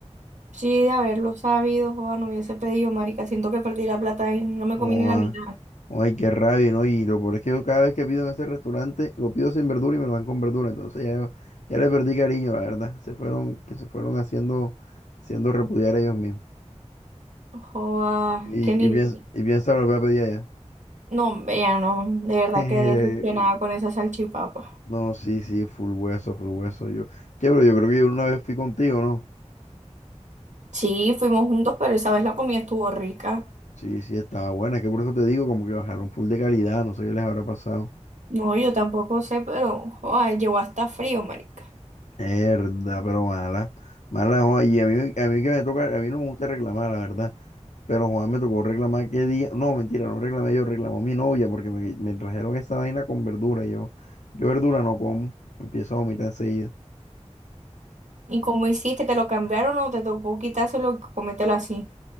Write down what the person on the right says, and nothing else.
Sí, de haberlo sabido, joda, no hubiese pedido, marica. Siento que perdí la plata y no me
comí ni la
mitad.
Joda,
que ni...
No, ya no, de verdad que
decepcionada con esa salchipapa.
Sí, fuimos juntos, pero esa vez la comida estuvo rica.
No, yo tampoco sé, pero ay, llegó hasta frío, marica.
¿Y cómo hiciste? ¿Te lo cambiaron o te tocó quitárselo y comértelo así?